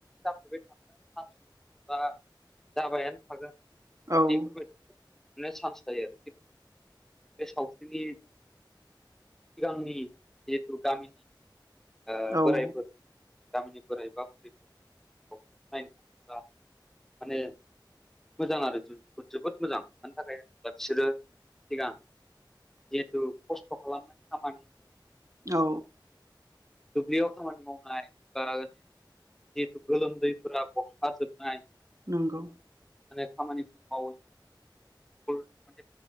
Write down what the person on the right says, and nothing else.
औ
औ
औ।
नंगौ।